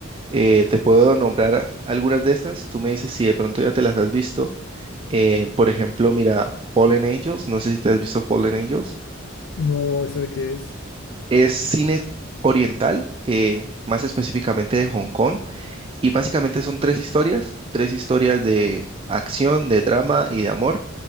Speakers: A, on the right (about 25°); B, on the left (about 65°).
A: eh, te puedo nombrar a- algunas de esas. Tú me dices si de pronto ya te las has visto. Eh, por ejemplo, mira, Fallen Angels, no sé si te has visto Fallen Angels.
B: No, ¿esa de qué es?
A: Es cine oriental, eh, más específicamente de Hong Kong, y básicamente son tres historias, tres historias de acción, de drama y de amor,